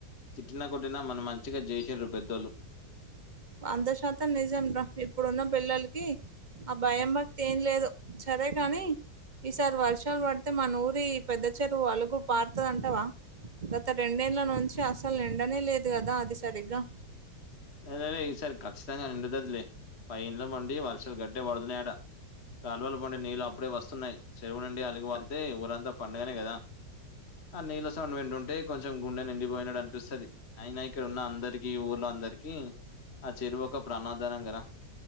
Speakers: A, on the left; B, on the right.
A: తిట్టిన కొట్టిన మన మంచికి చేసిన్రు పెద్దోళ్ళు
B: వంద శాతం నిజం రా ఇప్పుడున్న పిల్లలకి ఆ భయం భక్తి ఏం లేదు సరే గాని ఈసారి వర్షాలు పడితే మనూరి ఈ పెద్ద చెరువు అలుగు పారతదంటావా గత రెండేళ్ళ నుంచి అసలు నిండనే లేదు కదా అది సరిగ్గా
A: ఏయ్ ఈ సారి ఖచ్చితంగా నిండుతదిలే పై ఇండ్లు పండి వర్షాలు గట్టిగా పడుతున్నాయి అట కాలువలు పండే నీళ్ళలు అప్పుడే వస్తున్నాయి చెరువు నుండి అలుగు పారితే ఊరంతా పండేనే కదా ఆ నీళ్ళ సౌండ్ వింటుంటే కొంచెం గుండె నిండిపోయినటు అనిపిస్తది ఆయిన ఇక్కడ ఉన్న అందరికి ఊర్లో అందరికి ఆ చెరువు ఒక ప్రణాదానం గదా